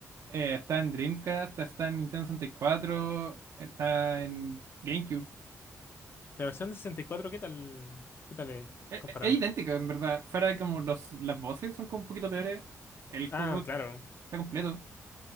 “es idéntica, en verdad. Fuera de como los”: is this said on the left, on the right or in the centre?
Right